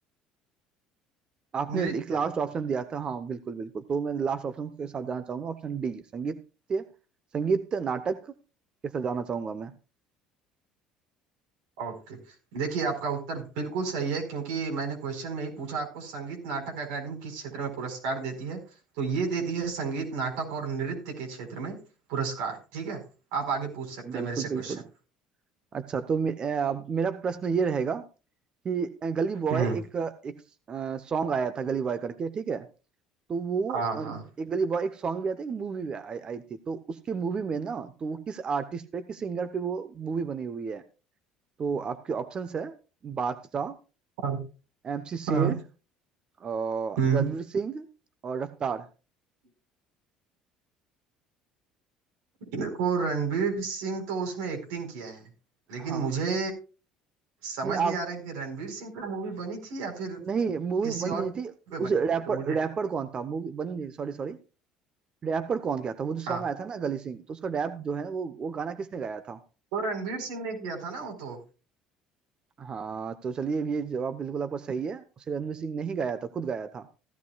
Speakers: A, on the right; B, on the right.
A: आपने
B: नृत्य
A: एक लास्ट ऑप्शन दिया था हाँ बिल्कुल बिल्कुल तो मैं लास्ट ऑप्शन के साथ जाना चाहूंगा ऑप्शन डी संगीत संगीत नाटक के साथ जाना चाहूंगा मैं
B: ओके देखिए आपका उत्तर बिल्कुल सही है क्योंकि मैंने क्वेश्चन में ही पूछा आपको संगीत नाटक अकादमी किस क्षेत्र में पुरस्कार देती है तो ये देती है संगीत नाटक और नृत्य के क्षेत्र में पुरस्कार ठीक है आप आगे पूछ सकते
A: बिल्कुल
B: हैं मेरे से
A: बिल्कुल
B: क्वेश्चन
A: अच्छा तो मे, अ, अब मेरा प्रश्न ये रहेगा कि अ, गली बॉय
B: हम्म
A: एक एक सॉन्ग आया था गली बॉय करके ठीक है तो वो
B: हाँ
A: अ,
B: हाँ
A: एक गली बॉय एक सॉन्ग भी आया था एक मूवी भी आई आई थी तो उसकी मूवी में ना तो वो किस आर्टिस्ट पे किस सिंगर पे वो मूवी बनी हुई है तो आपके ऑप्शंस है बादशाह
B: हाँ
A: एमसी शेर
B: हाँ,
A: और
B: हम्म
A: रणवीर सिंह और रफ्तार
B: देखो रणवीर सिंह तो उसमें एक्टिंग किया है लेकिन
A: हाँ
B: मुझे समझ
A: नहीं आप
B: नहीं आ रहा है कि रणवीर सिंह पे मूवी बनी थी या फिर
A: नहीं मूवी
B: किसी
A: बन नहीं
B: और
A: थी
B: पे
A: उस
B: बनी थी
A: रैपर
B: तो मुझे
A: रैपर कौन था मूवी बन नहीं सॉरी सॉरी रैपर कौन क्या था वो जो सॉन्ग
B: हाँ
A: आया था ना गली सिंह तो उसका रैप जो है वो वो गाना किसने गाया था
B: तो रणवीर सिंह ने किया था ना वो तो
A: हाँ तो चलिए ये जवाब बिल्कुल आपका सही है उसे रणवीर सिंह ने ही गाया था खुद गाया था